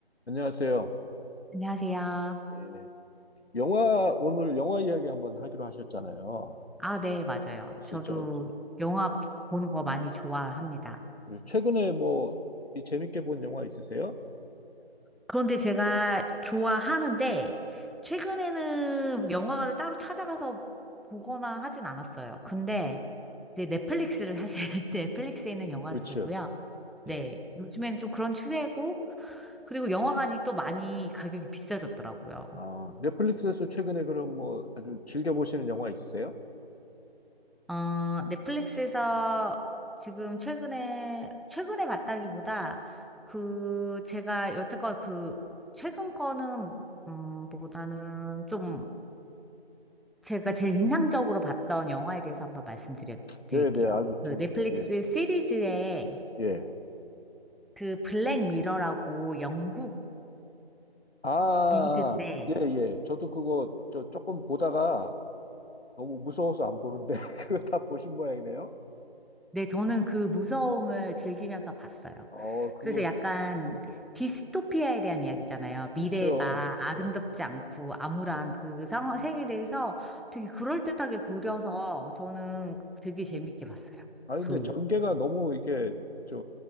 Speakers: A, on the left (about 80°); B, in the centre.
A: 안녕하세요.
B: 안녕하세요.
A: 예, 영화, 오늘 영화 이야기 한번 하기로 하셨잖아요.
B: 아, 네, 맞아요.
A: 그래서
B: 저도
A: 저,
B: 영화 보는 거 많이 좋아합니다.
A: 그 최근에 뭐, 이 재밌게 본 영화 있으세요?
B: 그런데 제가 좋아하는데, 최근에는 영화를 따로 찾아가서 보거나 하진 않았어요. 근데 이제 넷플릭스를 사실 <laughs> 넷플릭스에 있는 영화를
A: 그렇죠.
B: 보고요. 네,
A: 예.
B: 요즘에는 좀 그런 추세고, 그리고 영화관이 또 많이 가격이 비싸졌더라고요.
A: 아, 넷플릭스에서 최근에 그럼 뭐 아주 즐겨보시는 영화 있으세요?
B: 어, 넷플릭스에서 지금 최근에, 최근에 봤다기보다 그, 제가 여태껏 그, 최근 거는, 음, 보다는 좀 제가 제일 인상적으로 봤던 영화에 대해서 한번 말씀드려
A: 네네,
B: 드릴게요.
A: 아주 재,
B: 그 넷플릭스
A: 예,
B: 시리즈에
A: 예.
B: 그 블랙 미러라고 영국
A: 아,
B: 미드인데
A: 예, 예. 저도 그거 저 조금 보다가 너무 무서워서 안 보는데, <laughs> 그거 다 보신 모양이네요.
B: 네, 저는 그 무서움을 즐기면서 봤어요.
A: 어, 그거,
B: 그래서 약간
A: 예.
B: 디스토피아에 대한 이야기잖아요.
A: 그렇죠.
B: 미래가 아름답지
A: 예,
B: 않고 암울한
A: 예.
B: 그 상황, 세계에 대해서 되게 그럴듯하게 그려서 저는 되게 재밌게 봤어요.
A: 아니,
B: 그,
A: 근데 전개가 너무 이게, 저,